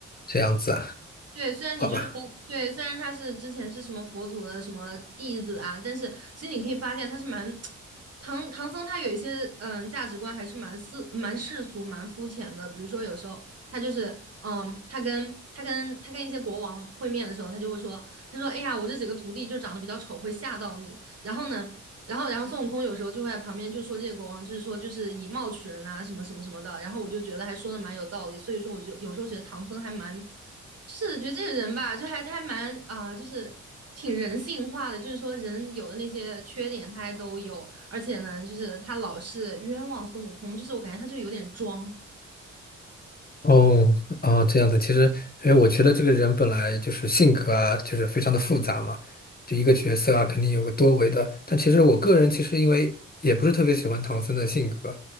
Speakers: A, on the left (about 30°); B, on the right (about 45°).
A: 这样子啊，
B: 对，虽然你就说对，
A: 好吧。
B: 虽然他是之前是什么佛祖的什么弟子啊，但是其实你可以发现他是蛮 <tsk> 唐唐僧，他有一些嗯价值观还是蛮世蛮世俗蛮肤浅的。比如说有时候他就是嗯，他跟他跟他跟一些国王会面的时候，他就会说，他说哎呀，我这几个徒弟就长得比较丑，会吓到你。然后呢，然后然后孙悟空有时候就会在旁边就说这些国王就是说就是以貌取人啊，什么什么什么的。然后我就觉得还说的蛮有道理，所以说我就有时候觉得唐僧还蛮。是的，觉得这个人吧，就还他还蛮啊、呃就是挺人性化的，就是说人有的那些缺点他还都有，而且呢，就是他老是冤枉孙悟空，就是我感觉他就有点装，
A: 哦哦，这样子，其实因为我觉得这个人本来就是性格啊，就是非常的复杂嘛，就一个角色啊，肯定有个多维的。但其实我个人其实因为也不是特别喜欢唐僧的性格，